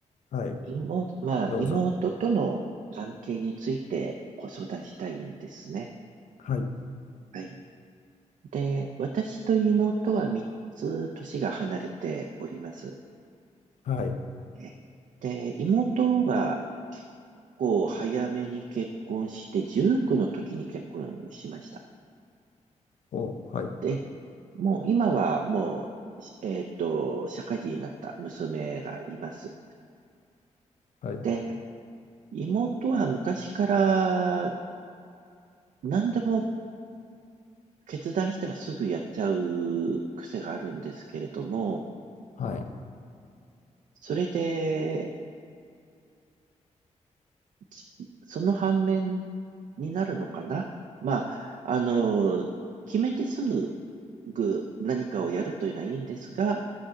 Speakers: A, on the left; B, on the right.
A: はい、
B: 妹、まあ、
A: どうぞ。
B: 妹との関係についてご相談したいんですね。
A: はい、
B: はい。で、私と妹は3つ年が離れております。
A: はい、
B: ねで、妹は、こう、早めに結婚して、19の時に結婚しました。
A: お、はい、
B: で、もう今はもう、えっと、社会人になった娘がいます。
A: はい、
B: で、妹は昔から何でも決断したらすぐやっちゃう癖があるんですけれども、
A: はい。
B: それで、じその反面になるのかなまあ、あの、決めてすぐ何かをやるというのはいいんですが、